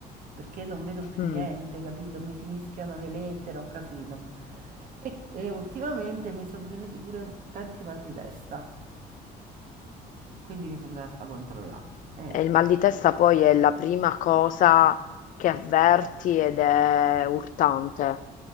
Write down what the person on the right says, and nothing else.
perché non vedo più
niente, capito? Mi si mischiano le lettere, è un casino. E, e ultimamente mi sono venuti pure tanti mal di testa, quindi mi sono andata a fare controllare. E ecco.